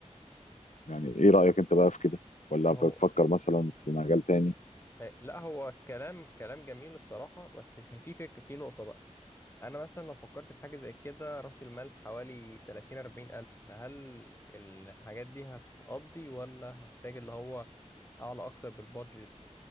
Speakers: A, on the left; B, on the left.
A: يعني ايه رأيك انت بقى في كده ولا
B: هو
A: بتفكر مثلا في مجال تاني
B: آه، لا هو كلام كلام جميل الصراحه بس في فك في نقطه بقى انا مثلا لو فكرت في حاجه زي كده راس المال حوالي 30 40 الف فهل الحاجات دي هتقضي ولا هحتاج اللي هو اعلى اكتر بالبادجت